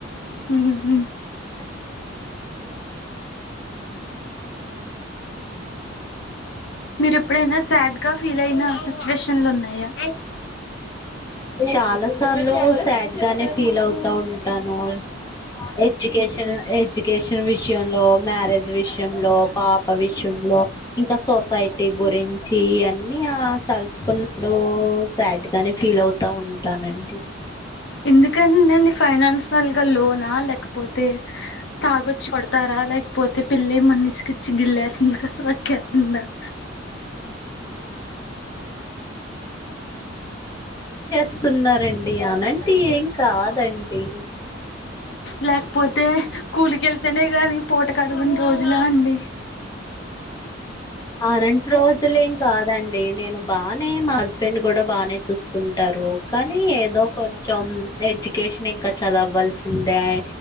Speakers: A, on the left (about 65°); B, on the left (about 20°).
A: మ్ మ్
B: ఆ <inaudible>
A: మీరు ఎప్పుడైనా సాడ్ గా ఫీల్ అయిన సిచ్యువేషన్లు ఉన్నాయా
B: చాలా సార్లు సాడ్ గానే ఫీల్ అవుతా ఉంటాను ఎడ్యుకేషన్ ఎడ్యుకేషన్ విషయంలో మ్యారేజ్ విషయంలో పాప విషయంలో ఇంకా సోస్ సైటీ గురించి అన్నీ ఆ తలుచుకున్నప్పుడు సాడ్ గానే ఫీల్ అవుతా ఉంటానండి
A: ఎందుకని నండి ఫైనాన్స్ నల్ గా లోనా లేకపోతే తాగొచ్చి కొడతారా లేకపోతే పిల్లి మనిషికిచ్చి గిల్లేసింది <unintelligible> చెత్తున్నవ్
B: స్తున్నారండి అలాంటి ఏం కాదండి
A: లేకపోతే కూలి కేళ్తేనే గానీ పూటక్ కడవని రోజులా అండి
B: ఆరంట్ రోజులేం కాదండి నేను బానే మా హస్బెండ్ కూడా బానే చూసుకుంటారు. కానీ ఏదో కొంచెం ఎడ్యుకేషన్ ఇంకా చదవల్సి సిందయే